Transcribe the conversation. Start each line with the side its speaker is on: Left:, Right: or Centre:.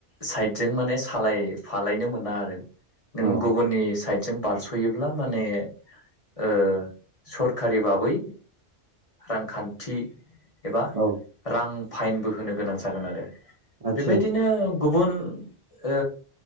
Left: साइदजों माने सालाय फालायनो मोना आरो नों
Right: औ
Left: गुबुननि साइद जों बारस'योब्ला माने ओ सरखारि बाबै रांखान्थि एबा
Right: औ
Left: रां फाइनबो होनो गोनां जागोन आरो
Right: आदसा
Left: बेबायदिनो
Right: आदसा
Left: गुबुन ओ